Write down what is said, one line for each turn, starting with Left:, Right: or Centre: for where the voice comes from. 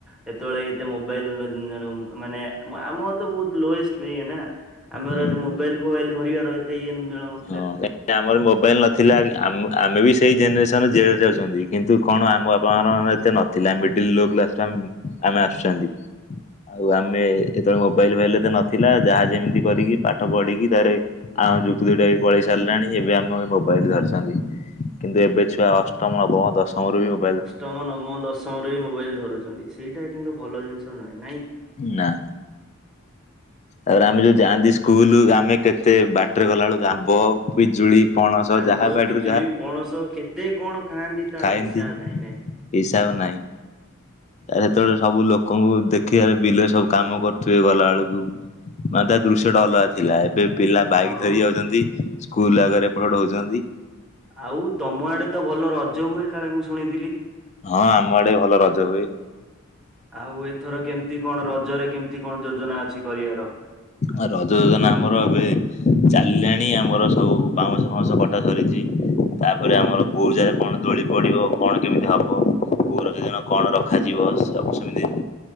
Centre: ସେତେବେଳେ ଏତେ ମୋବାଇଲ ମାନେ ମ ଆମର ତ ବହୁତ ଲୋଏଷ୍ଟ ପି ଇଏ ନା ଆମର
Left: ହୁଁ
Centre: ଏତେ ମୋବାଇଲ ଫୋବାଇଲ ଧରିବାର ଏତେ ଇଏ ମିଳନ
Left: ହଁ କାହିଁକି ନା ଆମର ମୋବାଇଲ ନଥିଲା ଆମ ଆମେ ବି ସେ ସେଇ ଜେନେରେସନ୍ ଜେଡ଼େ ଯାଉଚନ୍ତି କିନ୍ତୁ କଣ ଆମ ବାପା ମାଙ୍କ ମାନ ଏତେ ନଥିଲା ମିଡିଲ୍ ଲୋ କ୍ଲାସ ଆମେ ଆମେ ଆସୁଛନ୍ତି ଆଉ
Centre: ହଁ
Left: ଆମେ ଯେତେବେଳେ ମୋବାଇଲ ଫୋବାଇଲି ଏତେ ନଥିଲା ଯାହା ଯେମିତି କରିକି ପାଠ ପଢ଼ିକି ତାର ଆଉ ଯୁକ୍ତ ଦୁଇଟା ପଳେଇ ସାରିଲାଣି ଏବେ ଆମ ମୋବାଇଲ ଧରିଚନ୍ତି କିନ୍ତୁ ଏବେ ଛୁଆ ଅଷ୍ଟ ଅଷ୍ଟମ ନବମ ଦଶମ ରୁ ବି ମୋ
Centre: ଅଷ୍ଟମ, ନବମ ଦଶମରୁ ବି ମୋବାଇଲ ଧରୁଚ ନ୍ତି ସେଇଟା କିନ୍ତୁ ଭଲ ଜିନିଷ ନୁହେଁ ନାଇ କି?
Left: ନା। ଆଉ ଆମେ ଯୋଉ ଯାଆନ୍ତି ସ୍କୁଲ ଆମେ କେତେ ବାଟରେ ଗଲାବେଳକୁ ଆମ୍ବ, ପିଜୁଳି ପଣସ
Centre: ଆମ୍ବ,
Left: ଯାହା ବାଡିରୁ
Centre: ପିଜୁଳି, ପଣସ କେତେ କଣ ଖାଆନ୍ତି। ତାର
Left: ଖାଏନ୍ତି
Centre: ହିସାବ ନାହିଁ ନାଇଁ
Left: ହିସାବ ନାହିଁ। ଆ ସେତେବେଳେ ସବୁ ଲୋକଙ୍କୁ ଦେଖିବାରେ ବିଲରେ ସବୁ କାମ କରୁଥିବେ ଗଲା ବେଳକୁ। ମାତା ଦୃଶ୍ୟ ଟା ଅଲଗା ଥିଲା ଏବେ ପିଲା
Centre: ହଁ
Left: ବାଇକ୍ ଧରି ଯାଉଚନ୍ତି ସ୍କୁଲ ଆଗରେ ଏପଟ ସେପଟ ହୋଉଚନ୍ତି।
Centre: ଆଉ ତମ ଆଡେ ତ ଭଲ ରଜ ହୁଏ କାଳେ ମୁଁ ଶୁଣିଥିଲି?
Left: ହଁ ଆମ ଆଡେ ବି ଭଲ ରଜ ହୁଏ।
Centre: ଆଉ ଏଥର କେମିତି କଣ ରଜରେ କେମିତି କଣ ଯୋଜନା ଅଛି କରିବାର?
Left: ଆ ରଜ ଯୋଜନା ଆମର ଏବେ ଚାଲିଲାଣି ଆମର ସବୁ ବାଉଁଶ ଫାଉଁଶ କଟା ସରିଚି। ତାପରେ ଆମର କୋଉ ଜାଗାରେ କଣ ଦୋଳି ପଡିବ କଣ କେମିତି ହବ କୋଉ ରଜଦିନ କଣ ରଖାଯିବ ସବୁ ସେମିତି